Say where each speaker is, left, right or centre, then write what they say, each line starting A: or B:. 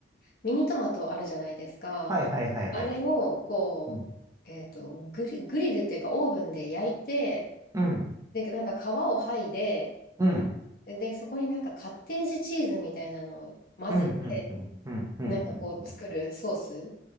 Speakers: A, on the left; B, on the right.
A: ミニトマトあるじゃないですか。
B: はいはいはいはい。
A: あれを、こう、
B: うん。
A: えっと、グリ、グリルっていうかオーブンで焼いて、
B: うん。
A: で、なんか皮を剥いで、
B: うん。
A: で、そこになんかカッテージチーズみたいなのを混ぜて、
B: うん。うん。うん。うん。うん。
A: なんかこう作るソース。
B: うんうん